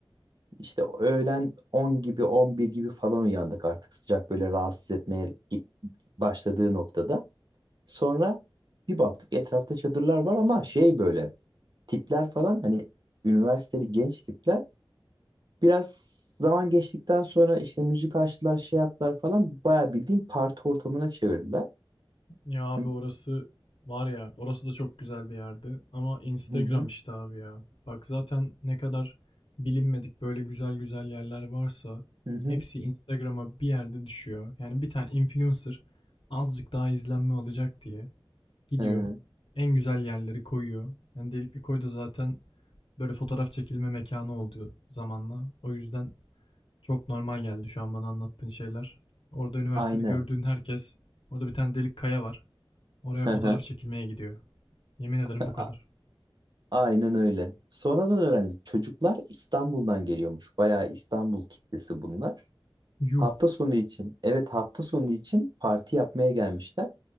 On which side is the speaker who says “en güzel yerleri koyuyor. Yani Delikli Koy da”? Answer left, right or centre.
Left